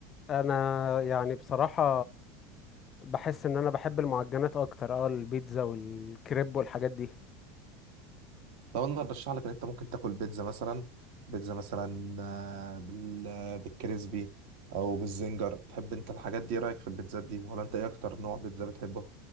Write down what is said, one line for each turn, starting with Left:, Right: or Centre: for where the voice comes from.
Left: انا يعني بصراحه بحس ان انا بحب المعجنات اكتر اه البيتزا والكريب والحاجات دي
Right: طب انا ارشح لك ان انت ممكن تاكل بيتزا مثلا بيتزا مثلا آه، بال آه، بالكريسبي او بالزنجر تحب انت الحاجات دي إيه رايك في البيتزات دي ولا انت ايه اكتر نوع بيتزا بتحبه